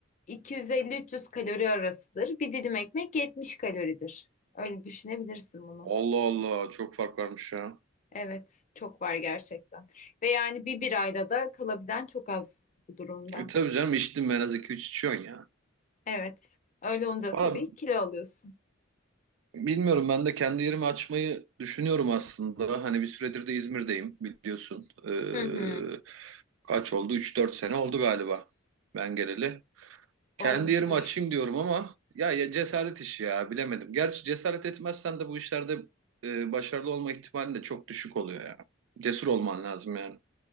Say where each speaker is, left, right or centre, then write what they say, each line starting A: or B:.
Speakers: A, on the left; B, on the right.
A: 250-300 kalori arasıdır. Bir dilim ekmek 70 kaloridir. Öyle düşünebilirsin bunu.
B: Allah Allah çok fark varmış ya.
A: Evet, çok var gerçekten. Ve yani bir birayla da kalabilen çok az bu durumda.
B: E tabii canım içtim ben az iki üç içiyorsun ya.
A: Evet, öyle olunca
B: Valla
A: tabii kilo alıyorsun.
B: Bilmiyorum ben de kendi yerimi açmayı düşünüyorum aslında. Hani bir süredir de İzmir'deyim biliyorsun. Ee,
A: Hı hı,
B: kaç oldu? Üç dört sene oldu galiba ben geleli.
A: olmuştur.
B: Kendi yerimi açayım diyorum ama ya, ya cesaret işi ya bilemedim. Gerçi cesaret etmezsen de bu işlerde e, başarılı olma ihtimalin de çok düşük oluyor ya. Cesur olman lazım yani.